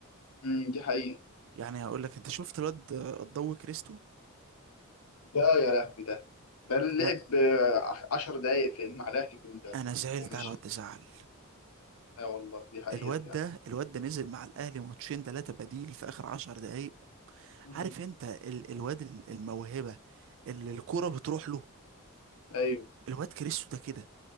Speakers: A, on the left; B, on the right.
A: امم دي حقيقة
B: يعني هقول لك انت شفت الواد آه، الضو كريستو
A: ده يا لهوي ده ده اللعب
B: انا
A: آه، عشر دقايق في مع الأهلي الجون ده
B: انا زعلت
A: ومشي
B: على الواد ده زعل
A: لا والله دي حقيقة
B: الواد
A: فعلا
B: ده الواد ده نزل مع الاهلي ماتشين ثلاثة بديل في اخر عشر دقايق
A: امم
B: عارف انت ال الواد ال- الموهبة اللي الكرة بتروح له
A: أيوه
B: الواد كريستو ده كده